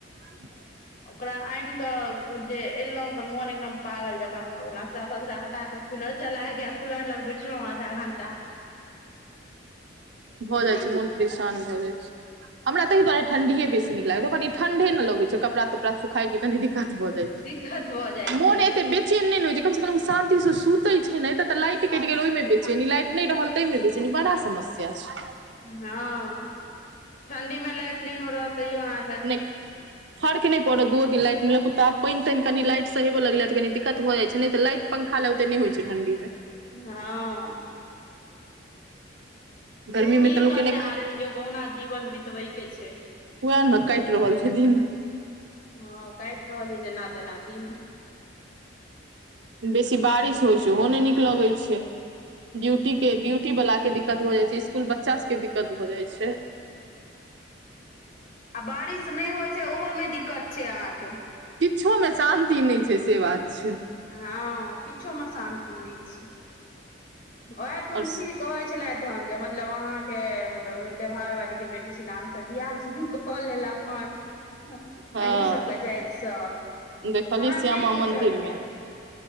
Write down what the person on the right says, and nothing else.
आ <inaudible>
भऽ जाइ छै मन परशन भऽ जाइ छै हमरा ताहिआरे ठंडीए बेस नीक लागे छै कनि ठंडे ने लग छै कड़ापड़ा सुखइ के कनि कछ भऽ जाए
मन
ए बेचे न नहि ने होइ छै कम से कम शं से सुते छै ने तऽ लाट कटि गेल ओहिमे बेचे न लाइट नहि रहल ताहिमे बेस बड़ा समस्या छै
नहि फरके नहि पर दू दिन लाइट लके तऽ आब पइन- तैंन लइटसँ हे लगलै तऽनी दिक्कत भ जाइ छै ने तऽ लाइट पंखा लग ओते नहि होइ छै ठंडी मे
गर्मी
मे तऽ
लोक एने
उएह ने काटि रहल छै दिन
बेसी बारिश होइ छै ओहो नहि नीक लगैत छै ्यूटी
के ्यूटी बला दिक्कत हो जाइ छै इसकुल बच्चा सबके दिक्कत हो जाइ छै
किछोमे शान्ति नहि छै से बात छै
आओर
हँ
देखलियै
श्यामा
मन्दिर
मे